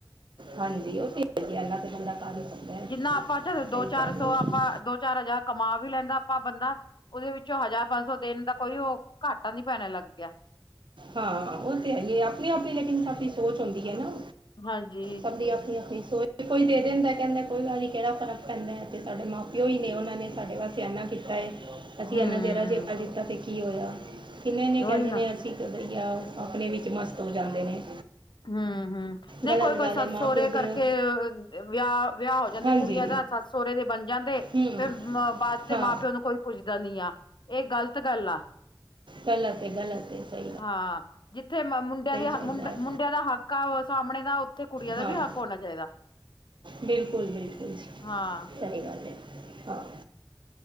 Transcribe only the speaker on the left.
ਜਿੰਨਾ ਆਪਾਂ ਚ, ਦੋ
ਚਾਰ
ਸੌ,
ਆਪਾਂ ਦੋ ਚਾਰ ਹਜ਼ਾਰ। ਕਮਾ ਵੀ, ਲੈਂਦਾ ਆਪਾਂ ਬੰਦਾ। ਉਹਦੇ ਵਿੱਚੋਂ ਹਜ਼ਾਰ, ਪੰਜ ਸੌ, ਦਿਣ ਦਾ ਕੋਈ, ਉਹ ਘਾਟਾ ਨੀ ਪੈਣ ਲੱਗ ਗਿਆ।
ਹਾਂਜੀ
ਹਮ
ਉਹੀ ਨਾ
ਹੂੰ ਹੂੰ ਨਹੀਂ
ਕੋਈ ਕੋਈ
ਸੱਸ
ਸਹੁਰੇ
ਕਰਕੇ ਵਿਆਹ ਵਿਆਹ ਹੋ ਜਾਂਦੇ
ਕੁੜੀਆਂ ਦਾ ਸੱਸ ਸਹੁਰੇ ਦੇ ਬਣ ਜਾਂਦੇ
ਫਿਰ ਬਾਅਦ ਚ
ਮਾਂ ਪਿਓ ਨੂੰ ਕੋਈ ਪੁੱਛਦਾ ਨਹੀਂ ਆ ਇਹ ਗਲਤ ਗੱਲ ਆ।
ਹਾਂ ਜਿੱਥੇ ਮੁੰਡਿਆਂ ਦੀ
ਮੁੰਡਿਆਂ ਦਾ ਹੱਕ ਆ ਸਾਹਮਣੇ ਦਾ ਕੁੜੀਆਂ ਦਾ
ਵੀ ਹੱਕ ਹੋਣਾ ਚਾਹੀਦਾ
ਹਾਂ